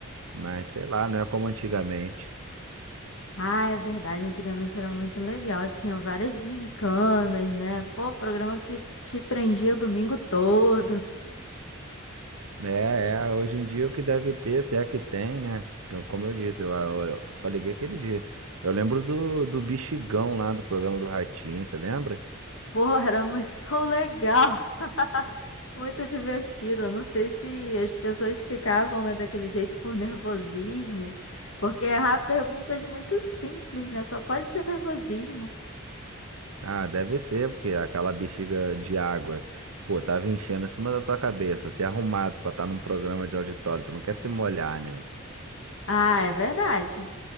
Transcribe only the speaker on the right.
mas sei lá, não é como antigamente.
É, é, hoje em dia o que deve ter, se é que tem, né? Co- Como eu disse, eu, eu- eu só liguei aquele dia. Eu lembro do, do bexigão lá do programa do Ratinho, você lembra?
Ah, deve ser, porque aquela bexiga de água, pô, tava enchendo em cima da tua cabeça. Você é arrumado pra estar num programa de auditório, tu não quer se molhar, né?